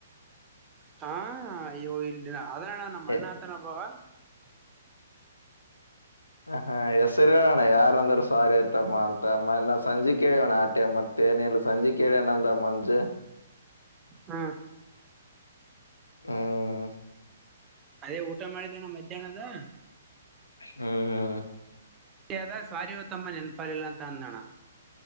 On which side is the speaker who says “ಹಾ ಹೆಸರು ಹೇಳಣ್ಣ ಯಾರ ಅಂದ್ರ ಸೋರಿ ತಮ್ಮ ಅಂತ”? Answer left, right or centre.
Left